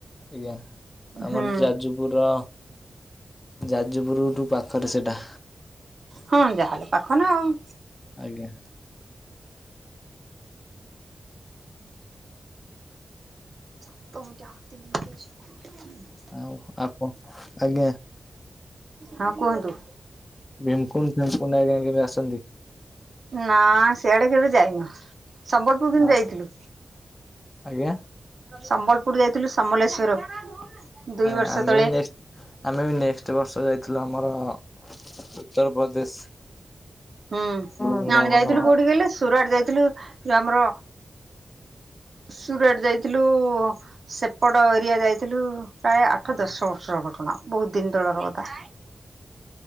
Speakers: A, on the left; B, on the right.
A: ଆଜ୍ଞା ଆମର
B: ହୁଁ।
A: ଯାଜୁ ପୁର ଯାଜପୁର ରୁ ପାଖରେ ସେଟା।
B: ହଁ ଯାହାହେଲେ ପାଖ ନା ଆଉ।
A: ଆଜ୍ଞା।
B: <inaudible>
A: ଆଉ ଆପଣ ଆଜ୍ଞା।
B: ହଁ କୁହନ୍ତୁ?
A: ଭିମକୁଣ୍ଡ ଫିମକୁ ଆଁ କେବେି ଆସନ୍ତି?
B: ନା ସିଆଡେ କେବେ ଯାଇନୁ। ସମ୍ବଲପୁର କିନ୍ତୁ
A: ଆ
B: ଯାଇଥିଲୁ।
A: ଆଜ୍ଞା
B: ସମ୍ବଲପୁର ଯାଇଥିଲୁ ସମଲେଶଵର ଦୁଇ
A: ଆଜ୍ଞା
B: ବର୍ଷ
A: ଆମେ
B: ତଳେ।
A: ବି ନେକ୍ସଟ ଆମେ ବି ନେକ୍ସଟ ବର୍ଷ ଯାଇଥିଲୁ ଆମର ଉତ୍ତରପ୍ରଦେଶ।
B: ହୁଁ
A: ବୃନ୍ଦାବନ
B: ଆମେ ଯାଇଥିଲୁ କୋଉଠି ଗଲେ ସୁରାଟ ଯାଇଥିଲୁ ଆମର ସୁରଟ ଯାଇଥିଲୁ ସେପଡ ଏରିଆ ଯାଇଥିଲୁ। ପ୍ରାୟ ଆଠ
A: ଆଜ୍ଞା।
B: ଦଶ ବର୍ଷ ଘଟଣା ବହୁତ ଦିନ ତଳର ଗଧା।